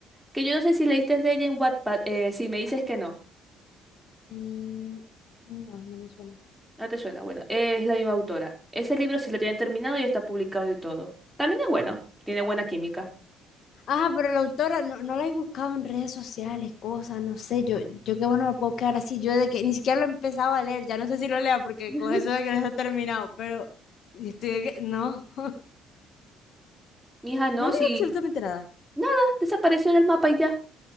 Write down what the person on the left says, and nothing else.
Mm, no, no me suena.
Ajá, pero la autora no, no la he buscado en redes sociales, cosas, no sé, yo, yo qué bueno me puedo quedar así, yo de que ni siquiera lo he empezado a leer, ya no sé si lo lea porque
con eso de que no está terminado, pero estoy de que, no, <laughs>
no dijo
absolutamente nada.